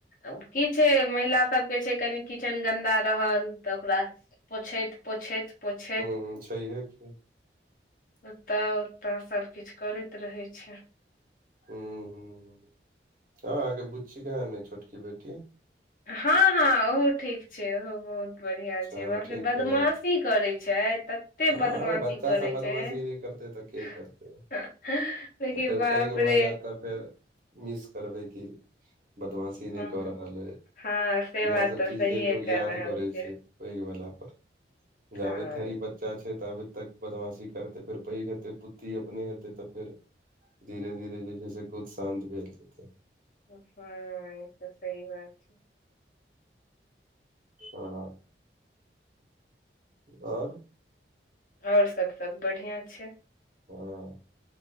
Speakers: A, on the left; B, on the right.
A: अब की छै महिला सब केँ छै कनि किचन गन्दा रहल तऽ ओकरा पोछैत पोछैत पोछैत
B: हू छैहिय कि
A: ओत ओत सभ किछ करैत रहे छै
B: <unintelligible> हँ अहाँ केँ बुच्ची केहन अय छोटकी बेटी
A: हँ हँ ओहो ठीक छै ओहो बहुत बढ़िआं
B: हँ
A: छै बाप
B: ठीक
A: रे बदमाशी
B: है
A: करै छै तते
B: आ
A: बदमाशी
B: बच्चा
A: करै
B: सब बदमाशी
A: छै
B: नहि करते तऽ के
A: <unintelligible>
B: करते
A: लेकिन
B: आ फेर
A: बापरे
B: पैघ भऽ जायत तऽ फेर मिस करबै कि बदमाशी नै
A: हँ
B: कऽ रहल हइ
A: हँ से
B: इएह
A: बात
B: सब
A: तऽ
B: चीज
A: सहिए
B: केँ लोग
A: कर
B: याद
A: रहल
B: करै
A: छियै
B: छै। पैघ भेला पर <inaudible> जावे
A: कान
B: धरी छै तऽ आबे तक बदमाशी करतै फेर पैघ हेतै बुद्धि अपने हेतै तऽ फेर धीरे धीरे जे छै से खुद शान्त भेल जते।
A: हँ ई तऽ सही बात छै।
B: हँ <inaudible> और
A: और सब सब बढ़िया छै
B: हँ